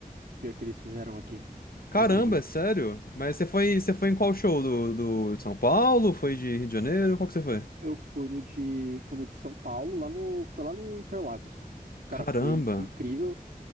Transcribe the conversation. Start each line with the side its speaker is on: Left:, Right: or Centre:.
Right: dia que eles fizeram aqui
Left: Caramba,
Right: no Brasil.
Left: é sério? Mas você foi, você foi em qual show? Do, do de São Paulo? Foi de Rio de Janeiro? Qual que você foi?
Right: Eu fui no de, fui no de São Paulo, lá no, foi lá no Interlagos. Cara,
Left: Caramba!
Right: foi incrível.